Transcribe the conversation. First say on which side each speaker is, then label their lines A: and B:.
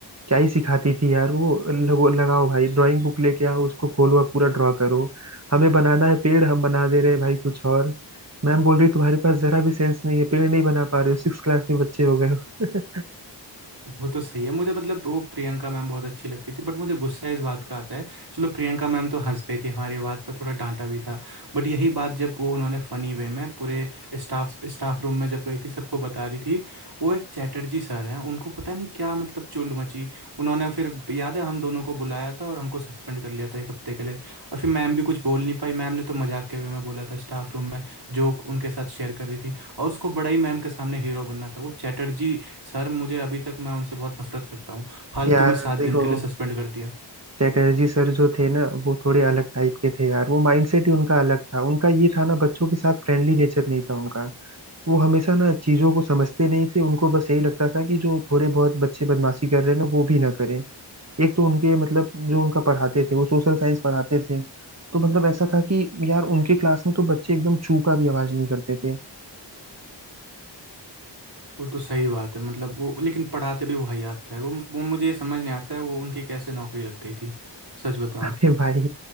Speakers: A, on the right (about 35°); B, on the right (about 60°).
A: क्या ही सिखाती थी यार वो लगो लगाओ भाई ड्राइंग बुक लेके आओ उसको खोलो और पूरा ड्रॉ करो हमें बनाना है पेड़ हम बना दे रहे हैं भाई कुछ और मैम बोल रही तुम्हारे पास जरा भी सेंस नहीं है पेड़ नहीं बना पा रहे हो सिक्स क्लास में बच्चे हो गए हो
B: वो तो सही है मुझे मतलब वो प्रियंका मैम बहुत अच्छी लगती थी बट मुझे गुस्सा इस बात का आता है चलो प्रियंका मैम तो हंस गई थी हमारी बात पर थोड़ा डांटा भी था बट यही बात जब वो उन्होंने फनी वे में पूरे स्टाफ स्टाफ रूम में जब गई थी सबको बता रही थी वो एक चैटर्जी सर हैं उनको पता नहीं क्या मतलब चुल मची उन्होंने फिर याद है हम दोनों को बुलाया था और हमको सस्पेंड कर लिया था एक हफ्ते के लिए और फिर मैम भी कुछ बोल नहीं पाई मैम ने तो मजाक के वे में बोला था स्टाफ रूम में जोक उनके साथ शेयर कर रही थी और उसको बड़ा ही मैम के सामने हीरो बनना था वो चैटर्जी सर मुझे अभी तक मैं उनसे बहुत नफरत करता हूँ फालतू
A: <laughs> यार
B: में सात
A: देखो
B: दिन के लिए सस्पेंड कर दिया
A: चटर्जी सर जो थे ना वो थोड़े अलग टाइप के थे यार वो माइंडसेट ही उनका अलग था उनका ये था ना बच्चों के साथ फ्रेंडली नेचर नहीं था उनका वो हमेशा ना चीजों को समझते नहीं थे उनको बस यही लगता था कि जो थोड़े बहुत बच्चे बदमाशी कर रहे हैं ना वो भी ना करें एक तो उनके मतलब जो उनका पढ़ाते थे वो सोशल साइंस पढ़ाते थे तो मतलब ऐसा था कि यार उनके क्लास में तो बच्चे एकदम चू का भी आवाज नहीं करते थे
B: वो तो सही बात है मतलब वो लेकिन पढ़ाते भी वाहियात थे यार वो वो मुझे ये समझ नहीं आता है वो उनकी कैसे नौकरी लग गई थी सच बताऊँ
A: अरे भाई